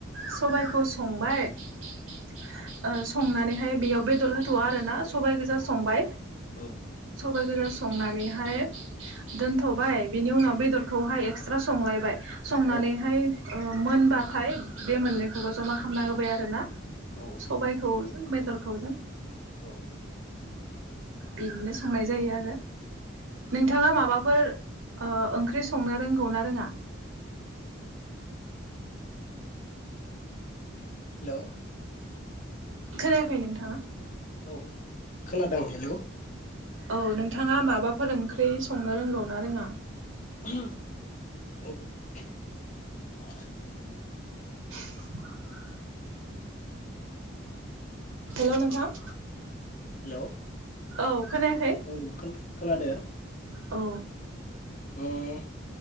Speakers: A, on the right (about 85°); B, on the left (about 40°).
A: सबाय खौ संबाय अ संनानैहाय बेयाव बेदर हो थ'आ आरो ना सबाय गोजा संबाय
B: औ
A: सबाय गोजा संनानैहाय दोनथ'बाय बिनि उनाव बेदरखौहाय एक्सट्रा संलायबाय संनानैहाय
B: औ
A: अ मोनबा थाय बे मोननैखौबो जमा खामना होबाय आरो ना
B: औ
A: सबाइखौ बेदरखौजों
B: औ
A: बिदिनो संनाय जायो आरो। नोंथाङा माबाफोर ओ-ओंख्रि संनो रोंगौ ना रोङा?
B: हेलौ
A: खोनायाखै नोंथाङा?
B: औ खोनादों हेलौ
A: औ नोंथाङा माबाफोर ओंख्रि संनो रोंगौ ना रोङा?
B: <inaudible>
A: <inaudible> हेल' नोंथां।
B: हेलौ
A: औ खोनायाखै?
B: औ खोनादो
A: औ
B: ओम